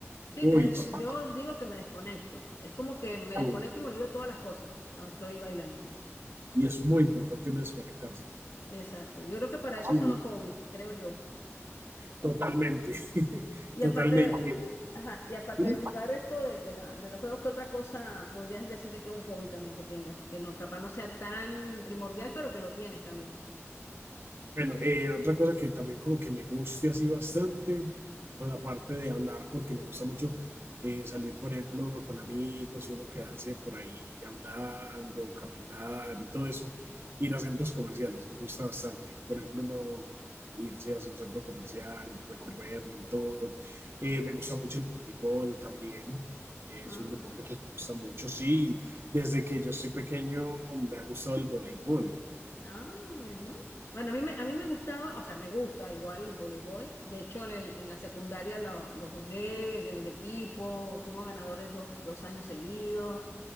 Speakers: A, on the left (about 70°); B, on the right (about 55°).
A: Sí,
B: Uy,
A: te desco-
B: sí,
A: yo digo que me desconecto. Es como que me
B: sí.
A: desconecto y me olvido todas las cosas cuando estoy bailando.
B: Y es muy importante uno desconectarse.
A: Exacto. Yo creo que para eso
B: Sí,
A: son los hobbies, creo yo.
B: totalmente.
A: Y
B: Totalmente.
A: aparte, ajá, y aparte
B: ¿Sí?
A: de jugar esto de, de la- de los juegos, ¿qué otra cosa podrías decirle que es un hobby también que tengas? Que no, capaz no sea tan primordial, pero que lo tienes también.
B: Bueno, eh, otra cosa que también como que me guste así bastante, pues aparte de hablar, porque me gusta mucho eh, salir, por ejemplo, con amigos y uno quedarse por ahí hablando, caminar y todo eso, ir a centros comerciales, me gusta bastante. Por ejemplo, uno irse a un centro comercial, recorrerlo y todo. Eh, me gusta mucho el béisbol también. Es
A: Ah,
B: un deporte que me gusta mucho. Sí, desde que yo soy pequeño me ha gustado el voleibol.
A: ah, bueno. Bueno, a mí me, a mí me gustaba, o sea, me gusta igual el voleibol. De hecho, en, el- en la secundaria lo, lo jugué en el equipo, fuimos ganadores dos, dos años seguidos.